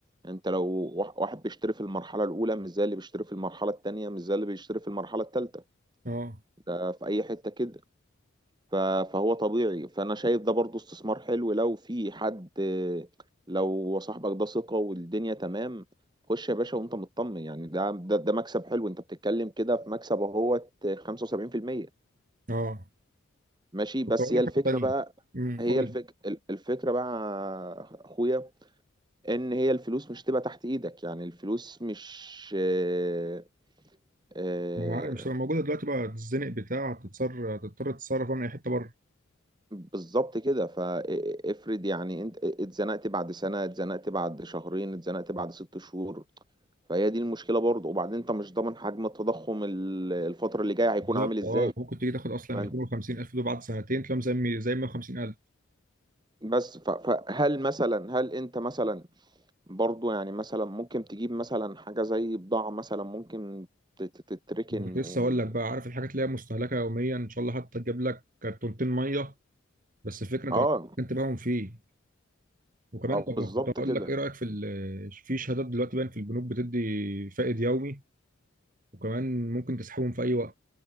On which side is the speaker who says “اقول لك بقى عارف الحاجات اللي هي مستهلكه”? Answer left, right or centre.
Right